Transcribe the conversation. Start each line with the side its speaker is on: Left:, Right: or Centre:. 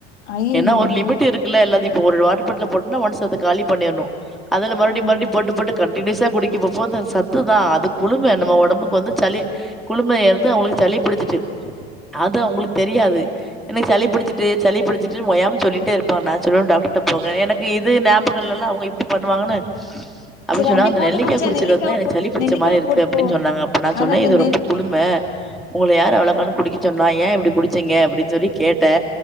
Left: ஐயயோ
Centre: ஏன்னா ஒரு லிமிட்
Left: ஆ
Centre: இருக்குல்ல எல்லாது இப்ப ஒரு வாட்டர் பாட்டில் போட்டுனா ஒன்ஸ் அத காலி பண்ணிர்னு அதுல மறுபடி
Left: ஆ
Centre: மறுபடி
Left: ஆ.
Centre: போட்டு போட்டு கண்டினியூஸா குடிக்கப்போ அது சத்து தா அது குளும நம்ம ஒடம்புக்கு வந்து சளி குளுமைய இருந்து அவுங்கள் சளி புடிச்சிட்டு அது அவுங்களுக்கு தெரியாது எனக்கு சளி புடிச்சிட்டு சளி புடிச்சிட்டு ஓயாம சொல்லிட்டே இருப்பாங்க நா சொல்ல டாக்டர்ட்ட போங்க என இது ஞாபகங்கள்லல்லா அவுங்க இப்டி பண்ணுவாங்கன்னு நா அப்டி
Left: செரி
Centre: சொன்னா அந்த
Left: போட்டு
Centre: நெல்லிக்கா
Left: குடிச்சா
Centre: குடிச்சதுல
Left: நெல்லிக்காவ
Centre: இருந்து தா எனக்கு
Left: போ
Centre: சளி புடிச்ச
Left: நெல்லிக்காவ
Centre: மாதி இருக்கு
Left: போட்டு
Centre: அப்டின்னு
Left: போ
Centre: சொன்னாங்க அப்ப நா
Left: அது
Centre: சொன்னே
Left: அந்த
Centre: இது
Left: நெல்
Centre: ரொம்ப குளு ம உங்கள யார் அவ்வளக்காலு குடிக்கச்சொன்னா ஏ இப்டி குடிச்சீங்க அப்டின்னு சொல்லி கேட்டே